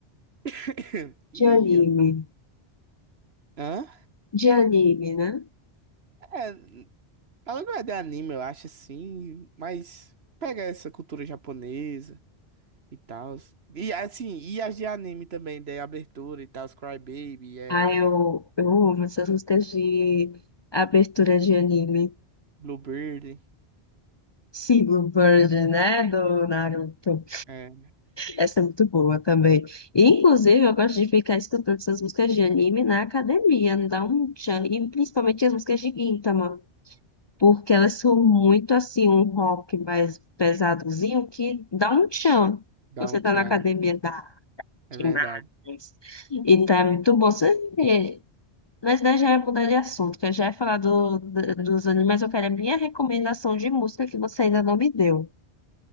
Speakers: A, on the right; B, on the left.
A: <coughs> e...
B: de anime,
A: Hã?
B: de anime, né?
A: É, ela não é de anime, eu acho, assim, mas pega essa cultura japonesa e tal. E, assim, e as de anime também, de abertura e tal, Cry Baby, é
B: Ah, eu, eu amo essas músicas de abertura de anime.
A: Bluebird,
B: Silver Bird, né? Do Naruto.
A: é
B: Essa é muito boa também. E, inclusive, eu gosto de ficar escutando essas músicas de anime na academia, não dá um tchan. E principalmente as músicas de Gintama, porque elas são muito assim, um rock mais pesadozinho que dá um tchan.
A: Down
B: Você tá
A: Chan,
B: na academia, dá
A: é
B: demais.
A: verdade.
B: Então é muito bom. Você Mas daí já é mudar de assunto, que eu já ia falar do, do- dos animes, mas eu quero a minha recomendação de música que você ainda não me deu.